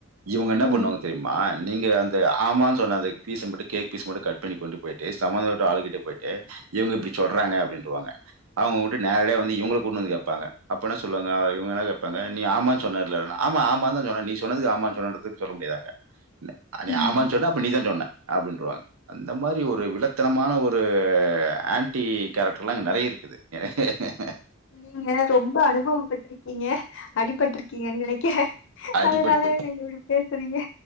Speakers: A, on the right; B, on the left.
A: இவங்க என்ன
B: ம்,
A: பண்ணுவாங்க தெரியுமா நீங்க அந் த ஆமான்னு சொன்ன அந்த பீச மட்டும் கேக் பீச மட்டு கட் பண்ணி கொண்டு போயிட்டு சம்பந்தப்பட்ட ஆளு கிட்ட போயிட்டு இவங்க இப்டி சொல்றாங்க அப்டின்ட்ருவாங்க அவங்க உ டனே நேரடியா வந்து இவங்கள கூட்னு வந்து கேப்பாங்கப்ப அப்ப என்ன சொல்லுவாங்க இவங்க என்ன கேப்பாங்க நீ ஆமான்னு சொன்ன இல்லன்னா ஆமா ஆமான்னுதா சொன்னே நீ சொன்னதுக்கு ஆமான்னு சொன்னேன்றத சொல்ல முடியாது அங்க ந் அ நீ
B: ம்.
A: ஆமான்னு சொன்னா அப்ப நீதா சொன்னே அப்டின்ட்ருவாங்க அந்த மாரி ஒரு வில்லத்தனமான ஒரு ஆன்டி கேரக்டர்லா இங்க நெறைய இருக்குது எனக்கு ஏங்க
B: நீங்க ரொம்ப அனுபவப்பட்டுருக்கீங்க அடிபட்ருக்கீங்கன்னு நெனைக்கிறே
A: அடிபட்டு,
B: அதனால நீங்க இப்பிடி பேசுறீங்க